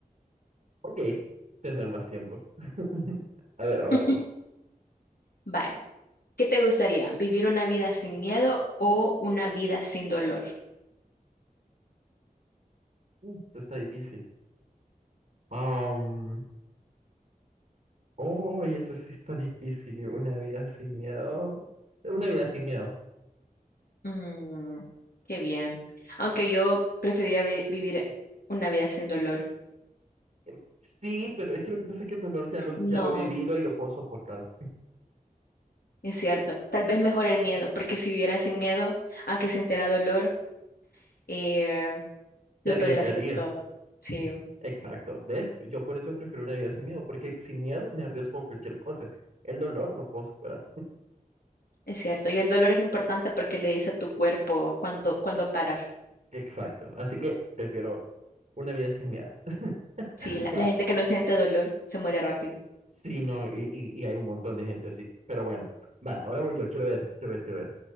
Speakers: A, on the right; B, on the left.
A: ok, tener más tiempo. <laughs> A ver, ahora
B: <laughs>
A: vos.
B: Vaya. ¿Qué te gustaría? ¿Vivir una vida sin miedo o una vida sin dolor?
A: Uh, esto está difícil. Um, oh, eso sí está difícil. Una vida sin miedo. Una vida sin miedo.
B: Mm, qué bien. Aunque yo preferiría vi- vivir una vida sin dolor.
A: Em, Sí, pero es que lo que pasa es que el dolor ya lo,
B: No.
A: ya lo he vivido y lo puedo soportar.
B: Es cierto, tal vez mejor el miedo, porque si viviera sin miedo, aunque sintiera dolor, eh,
A: Te
B: lo
A: arriesgarías.
B: podría hacer todo. Sí,
A: Exacto. ¿Ves? Yo por eso prefiero una vida sin miedo, porque sin miedo me arriesgo a cualquier cosa. El dolor lo puedo superar.
B: es cierto. Y el dolor es importante porque le dice a tu cuerpo cuándo, cuándo parar.
A: Exacto. Así que prefiero una vida sin miedo. <gasps>
B: Sí, la,
A: Va.
B: la gente que no siente dolor se muere rápido.
A: Sí, no, y, y, y hay un montón de gente así. Pero bueno, va, ahora voy yo. Quiero ver, quiero ver, quiero ver.